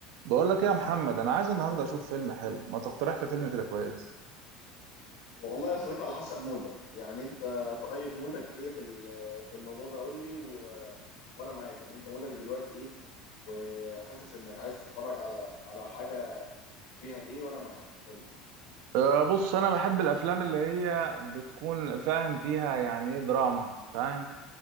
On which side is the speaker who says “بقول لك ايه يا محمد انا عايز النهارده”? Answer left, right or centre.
Right